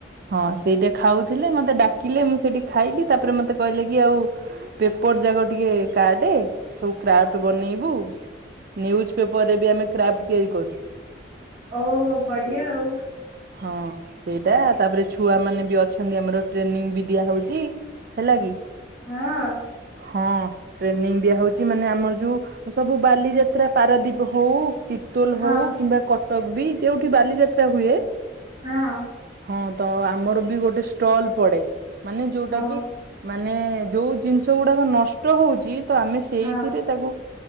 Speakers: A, on the right (about 50°); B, on the right (about 30°).
A: ହଁ ସେଇଟା ଖାଉଥିଲେ ମତେ ଡାକିଲେ ମୁଁ ସେଇଠି ଖାଇଲି ତାପରେ ମତେ କହିଲେ କି ଆଉ ପେପର୍ ଯାକ ଟିକେ କାଟେ ସବୁ କ୍ରାଫ୍ଟ ବନେଇବୁ। ନ୍ୟୁଜ୍ ପେପର୍ ରେ ବି ଆମେ କ୍ରାଫ୍ଟ ତିଆରି କରୁ।
B: ଓହୋ ବଢିଆ ଆଉ।
A: ହଁ ସେଇଟା, ତାପରେ ଛୁଆ ମାନେ ବି ଅଛନ୍ତି ଆମର ଟ୍ରେନିଂ ବି ଦିଆ ହଉଚି। ହେଲା କି?
B: ହଁ।
A: ହଁ। ଟ୍ରେନିଂ ଦିଆ ହଉଚି ମାନେ ଆମର ଯୋଉ ସବୁ ବାଲିଯାତ୍ରା ପାରାଦିପ୍ ହଉ ତିର୍ତ୍ତୋଲ
B: ହଁ ହଁ
A: ହଉ କିମ୍ବା କଟକ ବି ଯେଉଠି ବାଲିଯାତ୍ରା ହୁଏ
B: ହଁ
A: ହଁ ତ ଆମର ବି ଗୋଟେ ଷ୍ଟଲ୍ ପଡେ ମାନେ ଯୋଉଟା
B: ଓ
A: କି ମାନେ ଯୋଉ ଜିନିଷ ଗୁଡ଼ାକ ନଷ୍ଟ ହଉଛି ତ ଆମେ ସେଇଥିରେ
B: ହଁ
A: ତାକୁ